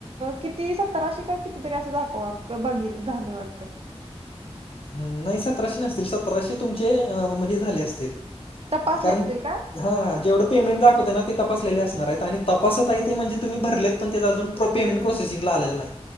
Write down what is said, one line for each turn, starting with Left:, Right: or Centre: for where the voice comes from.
Right: किती सत्राशे का किती तरी असं दाखवा बघील झाले वाटतं.
Left: नाही सतराशे नसतील, सतराशे तुमचे मं हे झाले असतील.
Right: तपासले
Left: कारण
Right: असतील का?
Left: हा जेवढं पेमेंट दाखवतय ना ते तपासलेले असणार आहेत, आणि तपासत आहे ते म्हणजे तुम्ही भरलेत पण तेच अजून प पेमेंट प्रोसेसिंगला आलेलं नाही.